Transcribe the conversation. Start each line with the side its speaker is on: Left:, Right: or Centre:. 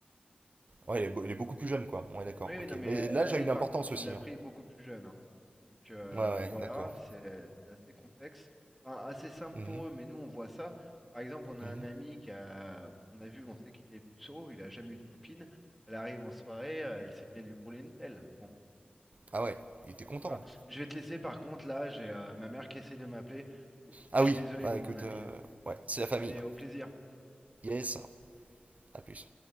Right: Ouais, elle est, beau- elle est beaucoup plus jeune, quoi. Ouais, d'accord,
Centre: Oui, oui,
Right: ok.
Centre: non, mais
Right: Mais
Centre: euh,
Right: l'âge
Centre: elle, elle,
Right: a une
Centre: par
Right: importance
Centre: contre, il
Right: aussi,
Centre: l'a pris
Right: hein.
Centre: beaucoup plus jeune. hein. Donc euh,
Right: Ouais, ouais,
Centre: voilà,
Right: d'accord.
Centre: c'est c'est assez complexe, Enfin, assez simple
Right: Mhm,
Centre: pour eux, mais nous, on voit ça. Par exemple, on a
Right: mhm.
Centre: un ami qui a, on a vu, on sait qu'il est puceau, il a jamais eu de copine. Elle arrive en soirée, euh, elle s'est mise à lui rouler une pelle. Bon,
Right: Ah ouais, il était content.
Centre: voilà. Je vais te laisser, par contre, là, j'ai euh, ma mère qui essaye de m'appeler.
Right: Ah
Centre: Je
Right: oui,
Centre: suis désolé,
Right: bah
Centre: mon
Right: écoute,
Centre: ami.
Right: euh,
Centre: hein.
Right: ouais, c'est la famille.
Centre: Allez,
Right: hein.
Centre: au plaisir.
Right: Yes, à plus.